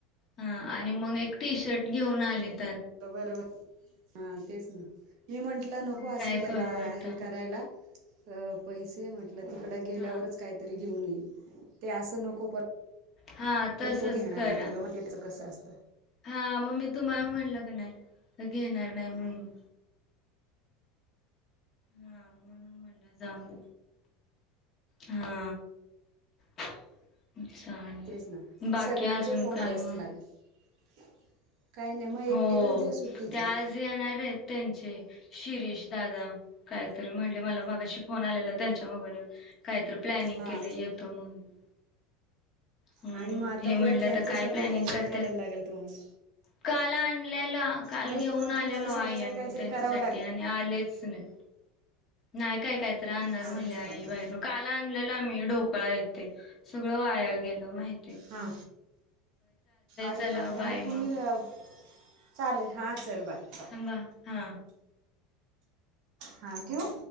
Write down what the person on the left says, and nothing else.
हा आणि मग एक टी-शर्ट घेऊन आलेतं
मग
काय
करू
आता
हा
हा तसच
करा
हा मग मी तुम्हाला म्हटलं की नाही तो घेणार नाही म्हणून हा म्हणून म्हणलं जाऊन हा चालेल,
बाकी
अजून
काय
मग?
हो,
ते आज येणार आहेत. त्यांचे शिरीष दादा काहीतरी म्हणले मला मगाशी फोन आलेला त्यांच्या मोबाईलवर काहीतर प्लॅनिंग
केलंय येतो म्हणून हम्म
हे म्हणलं
आता काय प्लॅनिंग
करत्यात
काल आणल्याल काल
घेऊन
आलेलो
आई आणि
मी त्यांच्यासाठी
आणि आलेच नाहीत. नाही काय, काय तर आणणार
म्हंटलेयं आई
बाहेरून काल आणलेलं आम्ही ढोकळा हे ते स गळ वाया गेलं माहित
चला
बाय
थांबा हा